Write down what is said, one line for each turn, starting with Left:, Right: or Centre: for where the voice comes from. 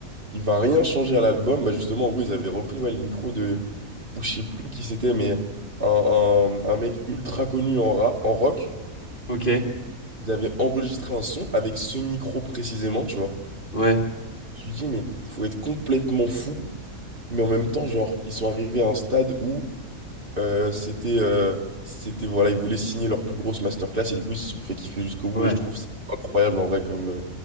Right: Il va rien changer à l'album. Bah justement, en gros, ils avaient repris ouais, le micro de, ou je sais plus qui c'était, mais un, un- un mec ultra connu en, ra- en rock.
Left: Ok,
Right: Ils avaient enregistré un son avec ce micro précisément, tu vois.
Left: ouais,
Right: Je me dis, mais faut être complètement fou. Mais en même temps, genre, ils sont arrivés à un stade où Euh, c'était, euh, c'était, voilà, ils voulaient signer leur plus grosse masterclass et du coup, ils se sont fait kiffer jusqu'au bout.
Left: ouais.
Right: Et je trouve ça incroyable en vrai comme, euh,